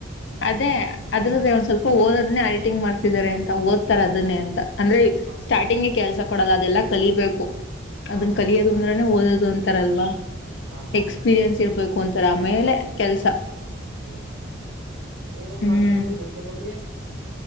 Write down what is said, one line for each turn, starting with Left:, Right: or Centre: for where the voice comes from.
Left: ಅದೇ ಅದ್ರ್ದ ಒಂದ್ ಸ್ವಲ್ಪ ಓದೋಧ್ನೆ ಅಡಿಟಿಂಗ್ ಮಾಡ್ತಿದಿದ್ದಾರೆ ಅಂತ ಓದ್ತಾರೆ ಅದನ್ನೇ ಅಂತ ಅಂದ್ರೆ
Right: ಹ
Left: ಸ್ಟಾರ್ಟಿಂಗ್ಗೆ ಕೆಲ್ಸ ಕೊಡಲ್ಲ ಅದೆಲ್ಲ ಕಲಿಬೇಕು
Right: ಹ
Left: ಅದನ್ನ
Right: ಹ
Left: ಕಲಿಯೋದು ಅಂದ್ರೆ ಓದೋದು ಒಂತರಾ ಅಲ್ವಾ
Right: ಹ ಹ
Left: ಎಕ್ಸ್ಪೀರಿಯನ್ಸ್
Right: ಹ
Left: ಇರ್ಬೇಕು ಅಂತ ರ <unintelligible> ಆಮೇಲೆ ಕೆಲ್ಸ
Right: ಹ್ಮ್ ಹ್ಮ್ ಹ್ಮ್ ನೀವ್ ಏನ್
Left: ಹ್ಮ್
Right: ಮಾಡ್ತೀರಿ ಬೆಂಗಳೂರಲ್ಲಿ